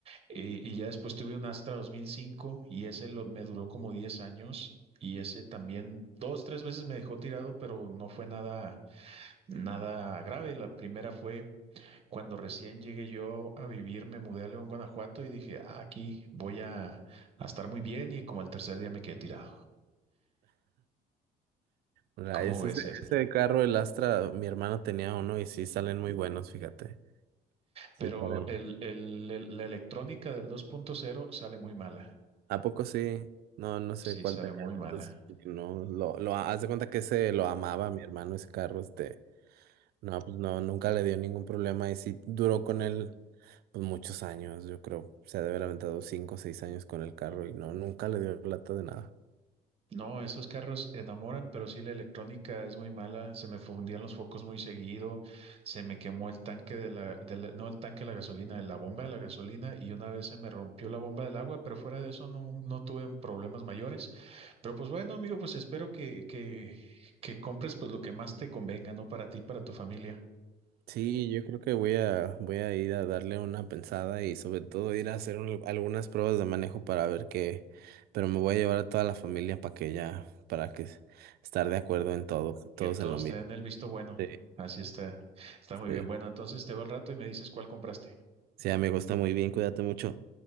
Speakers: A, on the right; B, on the right.
A: Y, y ya después tuve un Astra 2005 y ese lo- me duró como 10 años y ese también dos, tres veces me dejó tirado, pero no fue nada, nada grave. La primera fue cuando recién llegué yo a vivir, me mudé a León, Guanajuato y dije, "Ah, aquí voy a, a estar muy bien y como al tercer día me quedé tirado.
B: Ra-
A: como
B: Ese,
A: ves?
B: ese
A: Ed?
B: ese carro, el Astra, mi hermano tenía uno y sí salen muy buenos, fíjate. Sí
A: Pero
B: salen.
A: el, el- el- la electrónica del 2.0 sale muy mala.
B: ¿A poco sí? No, no sé
A: Sí,
B: cuál
A: sale
B: tenía.
A: muy
B: él,
A: mala.
B: Entonces, porque no, lo, lo, haz de cuenta que ese lo amaba mi hermano, ese carro, este. No, pues no, nunca le dio ningún problema y sí duró con él, pues muchos años, yo creo. Se ha de haber aventado cinco o seis años con el carro y no, nunca le dio lata de nada.
A: No, esos carros enamoran, pero sí la electrónica es muy mala. Se me fundían los focos muy seguido. Se me quemó el tanque de la, de la- no el tanque de la gasolina, de la bomba de la gasolina. Y una vez se me rompió la bomba del agua, pero fuera de eso no, no tuve problemas mayores. Pero pues bueno, amigo, pues espero que, que, que compres pues lo que más te convenga, ¿no? Para ti, para tu familia,
B: Sí, yo creo que voy a, voy a ir a darle una pensada y sobre todo ir a hacer un- algunas pruebas de manejo para ver qué, pero me voy a llevar a toda la familia para que ya, para que s- estar de acuerdo en todo,
A: que
B: todos
A: todos
B: en lo mismo.
A: te den el visto bueno.
B: Sí,
A: Así está, está muy
B: sí.
A: bien. Bueno, entonces te veo al rato y me dices cuál compraste.
B: Sí, amigo, está muy bien, cuídate mucho.